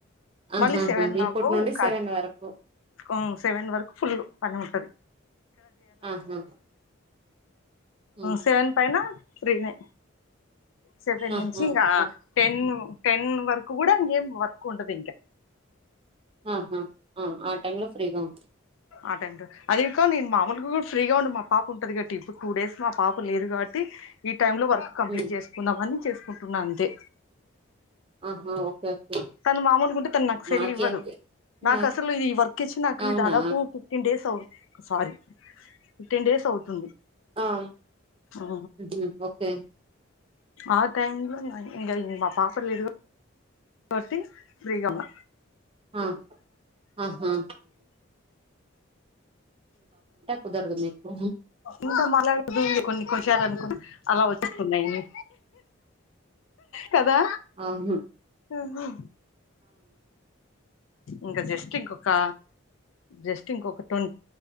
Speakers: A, on the right (about 25°); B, on the left (about 75°).
A: ఆహాహా
B: మళ్ళీ సెవెన్ నాకు
A: ఇప్పటి నుండి
B: కాద్
A: సెవెన్ వరకు
B: హ్మ్ సెవెన్ వరకు ఫుల్ ఉమ్
A: ఆహా ఉమ్
B: సెవెన్ పైన ఫ్రీనే సెవెన్
A: ఆహా
B: నుంచి ఇగ
A: ఓకే
B: టెన్ టెన్ వరకు కూడా ఇంకేం వర్క్ ఉండదు ఇంక
A: ఆహా ఆ టైమ్ లో ఫ్రీగా ఉంది
B: ఆటెంటు అదిగాక నేను మామలుగా కూడా ఫ్రీగా ఉండి మా పాప ఉంటదిగాట్టి ఇప్పుడు టూ డేస్ మా పాప లేదు కాబట్టి టైం లో వర్క్ కంప్లీట్
A: ఉమ్
B: చేసుకుందామని చేసుకుంటున్నా అంతే
A: ఆహా ఓకే ఓకే
B: తను మామూలు ఉంటే తను నాకు సెల్
A: మాకి
B: ఇవ్వదు
A: అంతే
B: నాకు
A: మా
B: అసలు ఇది వర్క్ ఇచ్చి నాకీ
A: అవునా
B: దాదాపు ఫిఫ్టీన్ డేస్ అవు సారీ టేన్ డేస్ అవుతు
A: ఆ
B: ఓ
A: ఉహు ఓకే
B: ఆ టైమ్ లో ఇ ఇంగ మా పాప లేదుగా కోటి ప్రీగ ఉన్న
A: ఆ ఆహాా కుదరదు మీకు
B: ఇకా మలడు కొన్ని కొన్నిసాల అనుకో అలా వచ్చేస్తున్నాయండి కదా
A: ఆహా
B: ఆహా ఇంకా జస్ట్ ఇంకొక జస్ట్ ఇంకొక ట్వం